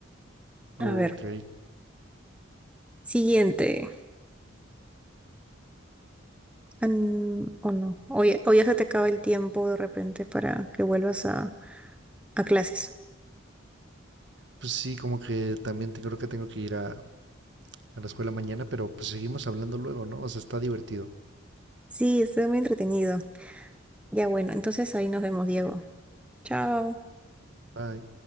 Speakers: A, on the right; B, in the centre.
A: Ok.
B: A ver, siguiente. An- o no. O ya, o ya se te acaba el tiempo de repente para que vuelvas a, a clases.
A: Pues sí, como que también te- creo que tengo que ir a, a la escuela mañana, pero pues seguimos hablando luego, ¿no? O sea, está divertido.
B: Sí, estoy muy entretenido. Ya bueno, entonces ahí nos vemos, Diego. Chao.
A: Bye.